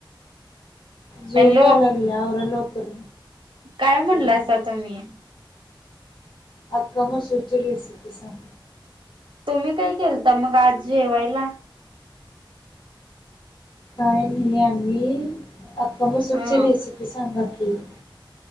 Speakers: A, on the left; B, on the right.
A: झोप
B: हॅलो
A: यायलागल्या आवरा लवकर.
B: काय म्हणलासा
A: हॅलो.
B: तुम्ही?
A: आख्खा मसूर ची रेसिपी सांग.
B: तुम्ही काय केलता मग आज जेवायला?
A: काय नाही आणि अक्का मसूरची
B: हा
A: रेसिपी सांगा की. ‌